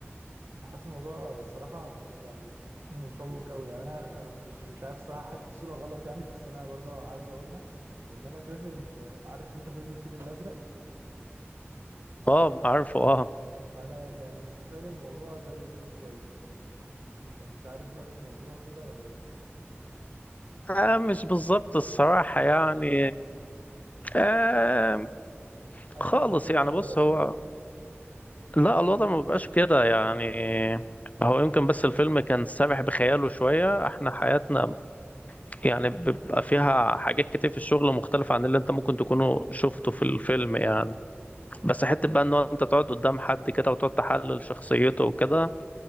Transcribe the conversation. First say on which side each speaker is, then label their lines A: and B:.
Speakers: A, on the right (about 75°); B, on the left (about 35°).
A: انا حاسس الموضوع الصراحة يعني مشوق قوي يعني انا أنا مش مش عارف الصراحة حاسس دي صورة غلط يعني بس انا برضه عايز اقولها ان انا شايف ان آه، عارف انت فيلم الفيل الازرق
B: اه عارفه اه
A: انا يعني متخيل الموضوع زيه كده شوية فمش عارف هل الموضوع كده ولا ايه
B: آه مش بالظبط الصراحة يعني آه
A: اسهل
B: خالص
A: من كده
B: يعني
A: شويه
B: بص
A: صح
B: هو لا الوضع ما بيبقاش كده يعني هو يمكن بس الفيلم كان سابح بخياله شوية احنا حياتنا يعني بيبقى فيها حاجات كتير في الشغل مختلفة عن اللي انت ممكن تكونوا شفته في الفيلم يعني
A: امم
B: بس حته بقى ان هو انت تقعد قدام حد كده وتقعد تحلل شخصيته وكده